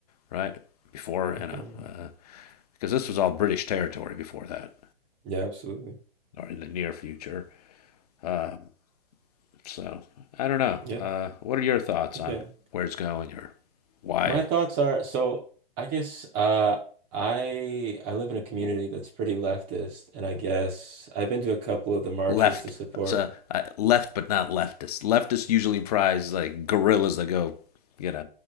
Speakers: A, on the left (about 40°); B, on the right (about 20°).
A: right? Before,
B: Okay.
A: you know, uh, because this was all British territory before that,
B: Yeah, absolutely.
A: or in the near future. Um, so I don't know.
B: <laughs> Yeah.
A: Uh, what are your thoughts
B: Okay.
A: on where it's going or why
B: My thoughts are so I guess uh I I live in a community that's pretty leftist and I guess I've been to a couple of the marches
A: left?
B: to support
A: So uh, left, but not leftist. Leftists usually prize like guerrillas that go, you know,